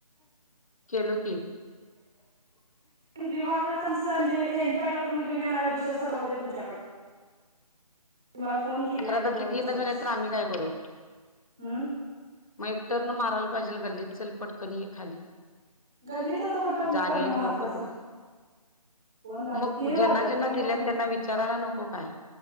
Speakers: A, on the left; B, in the centre.
A: केलं की
B: विवाहतत्याचं म्हणजे पहिल घेऊन येणार दुसंर राहूदे तुमच्याकड. मला फोन केली
A: खरं
B: आणि
A: आता
B: बाव
A: ती देईना
B: विचारलस
A: झाल्या तर आम्ही काय करू
B: हम्म?
A: मग एक टर्न माराला पाहिजेल गल्लीत चल पटकनये खाली.
B: गल्लीत आता कुठं
A: जागे
B: टर्न
A: आहेत
B: मारतासा?
A: लोक तो
B: कोण आता
A: मग
B: तीन वाजलं
A: ज्यांना ज्यांना
B: तीन ला
A: दिलेत
B: कोण
A: त्यांना विचारायला नको काय?